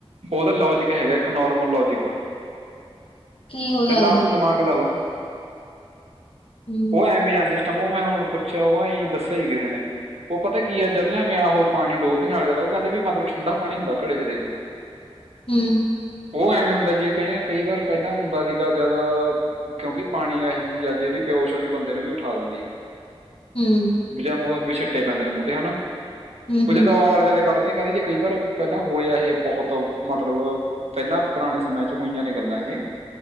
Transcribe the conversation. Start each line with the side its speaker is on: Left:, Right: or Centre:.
Right: ਓਦਾ ਲੋਜਿਕ ਹੈਗਾ ਇੱਕ ਨੋਰਮਲ ਲੋਜਿਕ ਆ
Left: ਕੀ ਹੋ ਸਕਦਾ
Right: ਚੱਲ ਆ ਤੁ ਦਿਮਾਗ ਲਾ ਲਾ
Left: ਹੂੰ
Right: ਓ ਐਵੇਂ ਆ ਸਿਸ ਟਮ ਓ ਮੈ ਹੁਣ ਪੁੱਛਿਆ ਓ ਹਈ ਦੱਸਿਆ ਈ ਕਿਸੇ ਨੇ ਓ ਪਤਾ ਕੀ ਐ ਜਦ ਮੈ ਮੈ ਆਹੋ ਪਾਣੀ ਡੋਲਦੇਨਾ ਓ ਕੈਂਦੇ ਵੀ ਮਤਲਬ ਠੰਡਾ ਪਾਣੀ ਹੁੰਦਾ ਘੜੇ ਚ ਦੇਖ।
Left: ਹੁੰ
Right: ਓ ਐਵੇਂ ਹੁੰਦਾ ਜੇ ਕਏਆਂ ਕਈ ਵਾਰ ਪੈਲਾਂ ਹੁੰਦਾ ਸੀਗਾ ਜਦ ਕਿਉਂਕਿ ਪਾਣੀ ਐਹੋ ਜਿ ਆ ਜੇੜੀ ਬੇਉਸ਼ ਹੋਹੇ ਬੰਦੇ ਨੂੰ ਵੀ ਉਠਾ ਦਿੰਦੀ ਆ
Left: ਹੁੰ
Right: ਜੇਮ ਓਏ ਵੀ ਛਿੱਟੇ ਪੈਂਦੇ ਨੇ ਮੂੰ ਤੇ ਹਨਾ
Left: ਹੂੰ
Right: ਕੋ
Left: ਹੂੰ
Right: ਜਦੋ ਆਲੇ ਦੁਆਲੇ ਕੱਡਦੇ ਕੈਂਦੇ ਜੇ ਕਈ ਵਾਰ ਵੀ ਪੈਲਾਂ ਹੋਇਆ ਇਹ ਬਹੁਤ ਮਤਲਬ ਪੈਲਾਂ ਪੁਰਾਣੇ ਸਮਿਆਂ ਚ ਹੋਈਆਂ ਨੇ ਗੱਲਾਂ ਇਹ